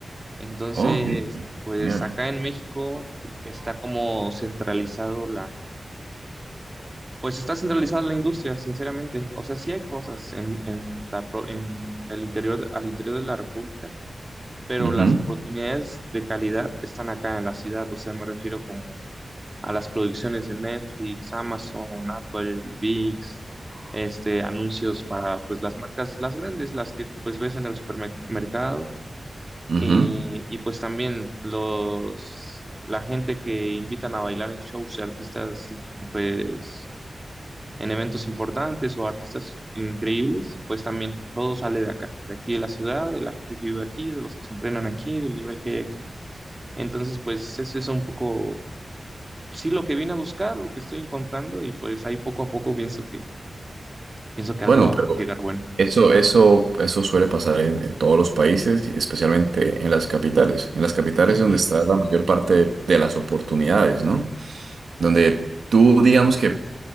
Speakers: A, on the right; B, on the right.
A: Entonces,
B: oh, genial.
A: pues
B: genial.
A: acá en México está como centralizado Pues está centralizada la industria, sinceramente. O sea, sí hay cosas en, en la, pro- en el interior, de- al interior de la República, pero
B: Ujú,
A: las oportunidades de calidad están acá en la ciudad. O sea, me refiero como a las producciones de Netflix, Amazon, Apple, VIX, este, anuncios para pues las marcas, las grandes, las que pues ves en el supermercado.
B: ujú.
A: Y, y pues también los, la gente que invitan a bailar en shows de artistas, pues en eventos importantes o artistas increíbles, pues también todo sale de acá, de aquí de la ciudad, de la gente que vive aquí, de los que se entrenan aquí, del nivel que hay aquí. Entonces, pues eso es un poco, sí, lo que vine a buscar, lo que estoy encontrando y pues ahí poco a poco pienso que, pienso que algo
B: Bueno,
A: va a
B: pero
A: llegar bueno.
B: Eso, eso, eso suele pasar en, en todos los países, y especialmente en las capitales. En las capitales
A: Ujú,
B: es donde está la mayor parte de, de las oportunidades, ¿no? donde tú digamos que